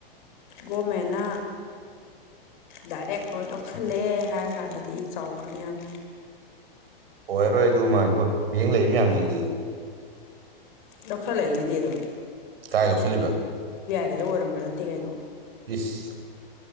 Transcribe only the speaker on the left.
ꯒꯣꯃꯦꯅꯥ ꯗꯥꯏꯔꯦꯛ ꯂꯣꯏ ꯂꯧꯁꯤꯜꯂꯦ ꯍꯥꯏꯔ ꯀꯥꯟꯗꯗꯤ ꯆꯥꯎꯈꯅꯤ ꯌꯥꯝ
ꯂꯧꯈꯠꯂꯛꯏꯒꯤꯗꯤ ꯑꯗꯨꯝ
ꯀꯩꯗꯣ ꯑꯣꯏꯔꯝꯕ ꯅꯠꯇꯦ ꯀꯩꯅꯣ